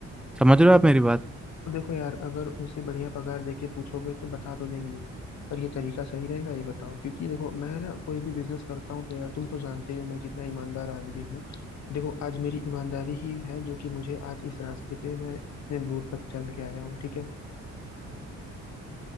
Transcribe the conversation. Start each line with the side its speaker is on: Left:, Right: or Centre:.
Centre: समझ रहे हो आप मेरी बात
Left: तो देखो यार अगर उनसे बढ़िया पगार देके पूछोगे तो बता तो देंगे पर ये तरीका सही रहेगा ये बताओ क्योंकि देखो मैं ना कोई भी बिजनेस करता हूँ तो यार तुम तो जानते ही हो मैं कितना ईमानदार आदमी हूँ देखो आज मेरी ईमानदारी ही है जो कि मुझे आज इस रास्ते पे मैं इतने दूर तक चल के आया हूँ ठीक है